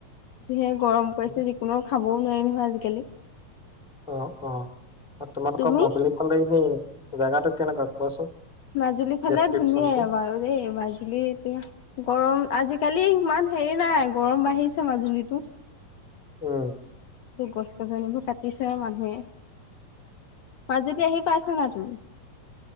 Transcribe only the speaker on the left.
যিহে গৰম পৰিছে
যিকোনো খাবও নোৱাৰি নহয় আজিকালি।
তুমি?
মাজুলী ফালে
ধুনীয়াই বাৰু দেই। মাজুলী এতিয়া গৰম আজিকালি ইমান হেৰি নাই। গৰম বাঢ়িছে মাজুলীতো।
গছ-গছনিবোৰ কাটিছে আৰু মানুহে। মাজুলী আহি পাইছা নাই তুমি?